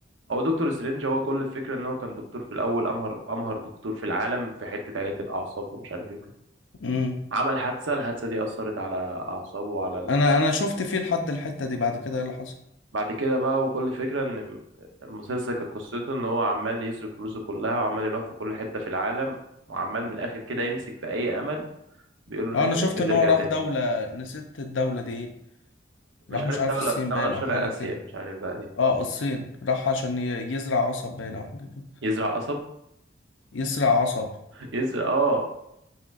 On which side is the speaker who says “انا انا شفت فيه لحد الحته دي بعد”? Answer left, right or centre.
Left